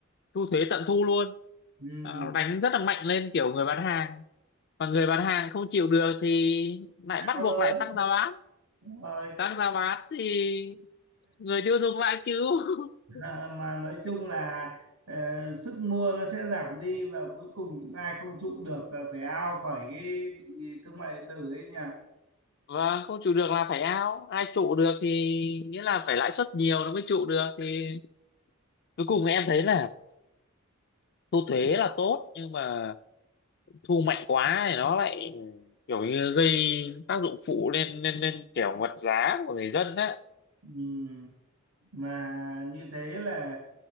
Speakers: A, on the left; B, on the right.
A: thu thuế tận thu luôn
B: ừm.
A: Ờ, đánh rất là mạnh lên kiểu người bán hàng mà người bán hàng không chịu được thì lại bắt
B: Ao
A: buộc
B: đấy
A: lại tăng giá bán
B: rồi
A: tăng giá bán thì người tiêu dùng lại chịu <laughs>
B: Ờ, mà nói chung là ờ, sức mua nó sẽ giảm đi và cuối cùng những ai không trụ được là phải out khỏi cái thị thương mại điện tử ấy nhỉ
A: và không trụ được là phải ao ai trụ được thì nghĩa là phải lãi suất nhiều nó mới trụ được thì cuối cùng em thấy là thu thuế là tốt nhưng mà thu mạnh quá thì nó lại kiểu như gây tác dụng phụ lên lên lên kiểu vật giá của người dân á
B: Ừm, mà như thế là